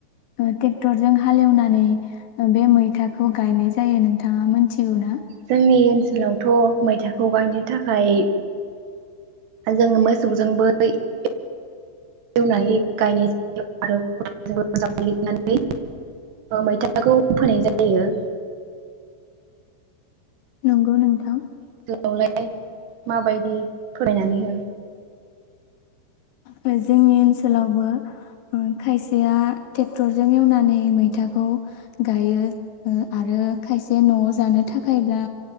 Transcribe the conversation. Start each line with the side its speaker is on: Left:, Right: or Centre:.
Left: ओ टेक्टरजों हालेवनानै बे मैथाखौ गायनाय जायो नोंथाङा मोनथिगौ ना
Right: जोंनि ओनसोलावथ' मैथाखौ गायनो थाखाय जोङो मोसौजोंबो एवनानै गायनाय जायो आरो खदालजोंबो जावग्लिनानै मैथाखौ फोनाय जायो।
Left: नंगौ नोंथां
Right: आवलाय माबायदि फोरमायनानै हो
Left: ओ जोंनि ओनसोलावबो ओ खायसेया टेक्टरजों एवनानै मैथाखौ गायो ओ आरो खायसे न'आव जानो थाखायब्ला